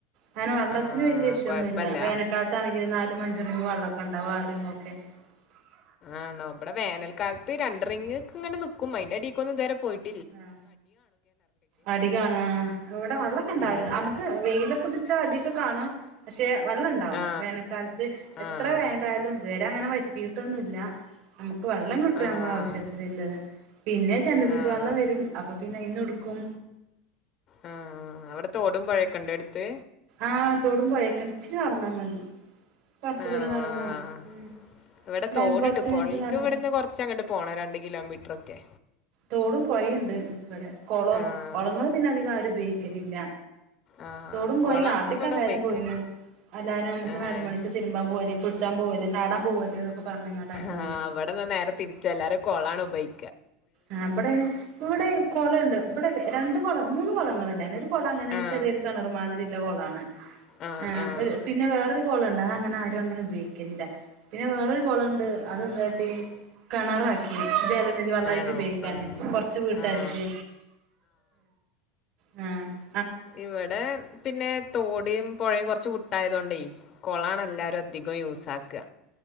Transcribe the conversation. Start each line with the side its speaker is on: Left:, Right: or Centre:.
Right: അങ്ങെനെ വള്ളത്തിന്
Left: ആ
Right: വല്യയ വിഷയൊന്നുല്ല
Left: കുഴപ്പമില്ല
Right: വേനക്കാലത്താണെങ്കിലും നാലും അഞ്ചുറിങ്ങ് വള്ളം <unintelligible>
Left: ആണോ അവിടെ വേനൽക്കാലത്ത് രണ്ടറ്ങ്ങ് ഇങ്ങനെ നിക്കും അതിന്റെ അടിക്ക് ഇതുവരെ പോയിട്ടി
Right: ആ അടികാണ് ആ ഇവിടെ വെള്ളം കെണ്ടാവല
Left: ഉം.
Right: നമുക്ക് വെയിലൊക്കെ അടിയൊക്കെ കാണും പക്ഷെ വള്ളം ഇണ്ടാവും
Left: ആ
Right: വേനക്കാലത്ത് എത്ര
Left: ആ ആ
Right: വേനലായാലും ഇ ഇ അങ്ങനെ വറ്റിയിട്ടൊന്നുല്ല നമുക്ക് വെള്ളം കിട്ടും
Left: ആഹ്.
Right: നമ്മെള ആവശ്യത്തിനിള്ള പിന്നെ ജനനിധി
Left: ആഹ്
Right: വള്ളം വരും അപ്പൊ പിന്നെ ആയി നിടുക്കും.
Left: ആ അവിടെ തോടും പൊ പഴയൊക്കെണ്ട് അടുത്ത്.
Right: ആഹ തോടും പൊയ കെണ്ട് ഇച്ചിരി നടന്നാ മതി പടത്തുകൂടെ
Left: ആണോ
Right: നടന്നാ
Left: ആഹ്.
Right: ഉം
Left: ഇവിടെ
Right: ഒരു
Left: തോടുണ്ട്
Right: അഞ്ച് പത്ത് മിനിറ്റ്
Left: പുഴേക്ക്
Right: നടന്നാ
Left: ഇവിടുന്ന് കൊറച്ച് അങ്ങോട്ട് പോണം രണ്ട് കിലോമീറ്ററൊക്കെ.
Right: തോടും പൊഴിണ്ട് ഇവിടെ കൊളം
Left: ആഹ്
Right: കൊളങ്ങള് പിന്നെ അധികം ആരും ഉപയോഗിക്കലില്ല.
Left: ആഹ്
Right: തോടും പൊയിം
Left: കൊളം
Right: ആദ്യ
Left: ഇവിടെ
Right: ക്കൊ എല്ലാരും
Left: ഉപയോഗിക്കും.
Right: പോയിന് എല്ലാരും നമുക്ക്
Left: ഏഹ്
Right: നാല മണിക്ക് തിരുമ്പാൻ പോവല് കുളിച്ചാൻ പോവല്ലേ ചാടാൻ പോവല്ലേ പറഞ്ഞ്ങ്ങാണ്ടാണ് പോയിനു
Left: ആ വടെ ന്നാ ന്നേരെ തിര്ച്ചാ എല്ലാരും കൊളാണ് ഉപയ്
Right: ആ ബടയ്ന് ഇവിടെ കൊളണ്ട് ഇബടെ രണ്ട് കൊളം മൂന്ന് കൊളങ്ങൾ ഉണ്ടയിന്ന് ഒര് കൊളം അങ്ങനെ
Left: ആഹ്
Right: ചാ പ്പെ ര് ക്കെണറ് മാതിരി ല്ല കൊളാണ്
Left: ആഹ്
Right: ആ
Left: ആഹ്
Right: ഒര് പിന്നെ വേറൊരു കോളണ്ട് അഅങ്ങനെ ആരും അങ്ങനെ ഉപയോഗിക്കല് ല്ല പിന്നെ വേറൊര് കൊളംണ്ട് അതെന്താട്ടീ കെണറാക്കി ജലനിധ വെള്ളായി
Left: ആണോ
Right: റ്റുപയോഗിക്കാന്
Left: ആഹ്
Right: കൊർച്ച് വീട്ടാര്ക്ക്
Left: ആഹ്
Right: മ് ആ
Left: ഇവടെ പിന്നെ തോടേം പൊഴിം കൊർച്ച് വിട്ടായതോണ്ടെ കൊളാണ് എല്ലാരും അധികം യൂസാക് ക്ക്അ